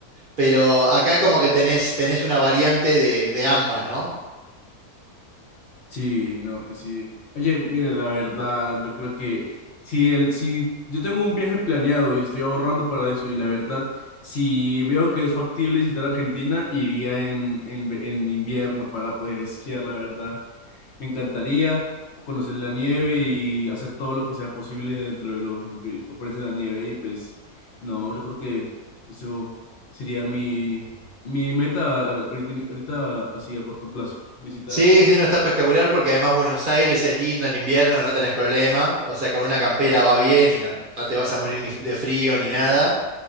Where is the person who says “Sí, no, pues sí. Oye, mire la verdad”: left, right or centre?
Left